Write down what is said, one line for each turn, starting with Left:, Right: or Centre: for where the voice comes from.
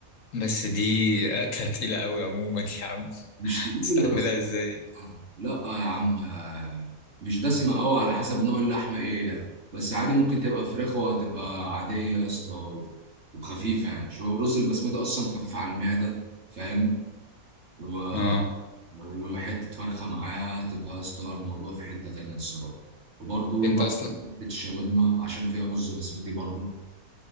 Left: بس دي اكله تقيله قوي عموما يا عم
Right: مش تقيلة
Left: تستحملها
Right: يا اسطى
Left: ازاي
Right: لا يا عم مش دسمة قوي على حسب نوع اللحمة ايه يعني. بس عادي ممكن تبقى فراخ وهتبقى عادية يا اسطى وخفيفة يعني شو الرز البسمتي أصلا خفيف على المعدة فاهم و-
Left: اه
Right: وحتة فرخة معاها تبقى يا اسطى الموضوع في حتة تانية الصراحة وبرضه
Left: انت
Right: بقى
Left: اصلا
Right: حتة الشاورما عشان فيها رز بسمتي برضه